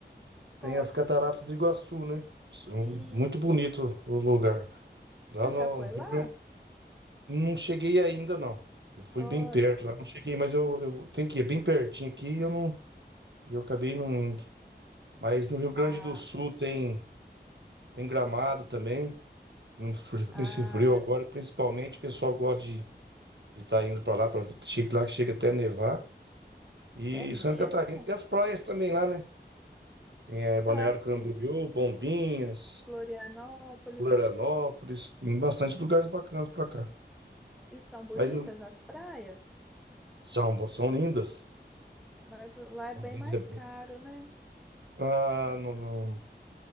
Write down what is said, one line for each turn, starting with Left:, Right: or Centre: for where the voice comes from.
Centre: Posso.
Right: tem as Cataratas do Iguaçu, né? São
Centre: Isso.
Right: muito bonito o lugar.
Centre: Você
Right: Lá no
Centre: já foi
Right: Rio
Centre: lá?
Right: Grande Não cheguei ainda, não. Eu fui
Centre: Olha,
Right: bem perto lá, não cheguei, mas eu, eu tenho que ir é bem pertinho aqui e eu não, e eu acabei não indo. Mas no Rio Grande
Centre: ah,
Right: do Sul tem, tem Gramado também, no fri-
Centre: ah,
Right: nesse frio agora, principalmente, o pessoal gosta de estar indo para lá, para chega lá que chega até nevar. E
Centre: é mesmo?
Right: Santa Catarina tem as praias também lá, né? Tem a Balneário
Centre: Ah, sim.
Right: Camboriú, Bombinhas,
Centre: Florianópolis.
Right: Florianópolis, tem bastante lugares bacanas para cá.
Centre: E são bonitas
Right: Mas não-
Centre: as praias?
Right: são, são lindas.
Centre: Mas lá é
Right: São
Centre: bem
Right: lindas,
Centre: mais
Right: é bem-
Centre: caro, né?
Right: Ah, não, não.